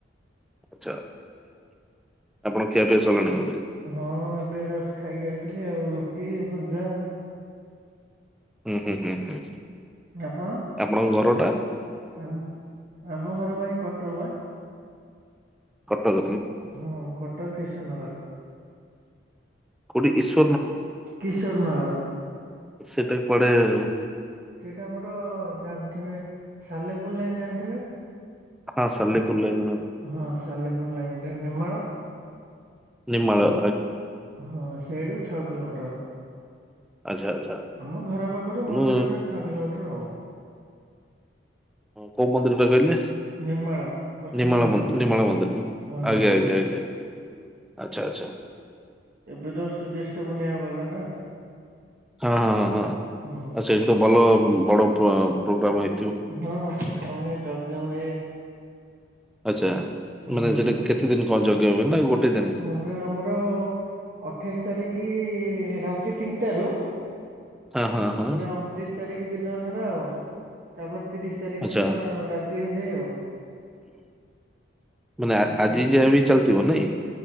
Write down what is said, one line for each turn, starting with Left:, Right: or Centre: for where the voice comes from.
Centre: ଆଚ୍ଛା ଆପଣଙ୍କ ଖିଆପିଆ ସରିଲାଣି ବୋଧେ?
Right: ହଁ ଏବେ ଜଷ୍ଟ ଖାଇକି ଆସିଲି ଆଉ ରୁଟି ଭଜା।
Centre: ହୁଁ ହୁଁ ହୁଁ ହୁଁ
Right: ଆପଣ?
Centre: ଆପଣଙ୍କ ଘର ଟା।
Right: ଆମ ଆମ ଘର ପା ଏଇ କଟକ ପା।
Centre: କଟକ
Right: ହଁ କଟକ କିଶୋରନଗର।
Centre: କୋଉଠି ଈଶ
Right: କିଶୋର ନଗର।
Centre: ସେଟା କୁଆଡେ ଉଁ?
Right: ସେଇଟା ଆମର ଜାଣି ଥିବେ ସାଲେପୁର ଲାଇନ ଜାଣିଥିବେ।
Centre: ହଁ ସାଲେପୁର ଲାଇନ୍।
Right: ହଁ ସାଲେପୁର ଲାଇନରେ ନେମାଳ
Centre: ନିମଳ।
Right: ହଁ ସେଡ଼ୁ ଛଅ କିଲୋମିଟର।
Centre: ଆଚ୍ଛା ଆଚ୍ଛା
Right: ଆମ ଘର ପାଖରୁ ମନ୍ଦିର
Centre: ମୁଁ
Right: ଟା ଛଅ କିଲୋମିଟର ଆଉ
Centre: କୋଉ ମନ୍ଦିର ଟା କହିଲେ?
Right: ନେମାଳ ଅଚ୍ୟୁତାନନ୍ଦ
Centre: ନିମାଳ ବନ୍ଦ
Right: ପୀଠ
Centre: ନିମାଳ ବନ୍ଦ ଆଜ୍ଞା
Right: ହଁ
Centre: ଆଜ୍ଞା ଆଜ୍ଞା। ଆଚ୍ଛା ଆଚ୍ଛା
Right: ଏବେ ତ ଜଷ୍ଟ ଜ୍ୟେଷ୍ଠ ପୂର୍ଣ୍ଣିମା ଗଲାନା
Centre: ହଁ ହଁ ହଁ ହଁ
Right: ହୁଁ
Centre: ଆ ସେଇଠି ତ ଭଲ ବଡ ପ୍ରୋଗ୍ରାମ ହେଇ।
Right: ହଁ ପୋଗ୍ରାମ ହୁଏ ଯଜ୍ଞ ହୁଏ।
Centre: ଆଚ୍ଛା
Right: ହଁ
Centre: ମାନେ ସେଠି କେତେ ଦିନ କଣ ଯଜ୍ଞ ହୁଏ ନା ଗୋଟେ ଦିନ୍
Right: ପ ହେ ଆମର ଅଠେଇଶି ତାରିଖ ରାତି ତିନିଟାରୁ
Centre: ହଁ ହଁ ହଁ
Right: ପୁରା ଅଣତିରିଶ ତାରିଖ ଦିନ ସାରା ଆଉ ତାପରେ ତିରିଶ ତାରିଖ
Centre: ଆଚ୍ଛା
Right: ଦିନ ରାତି ହେଇଯାଏ ଆଉ।
Centre: ମାନେ
Right: ସନ୍ଧ୍ୟାରେ
Centre: ଆଜି ଯାଏ ବି ଚାଲି ଥିବ ନାଇ।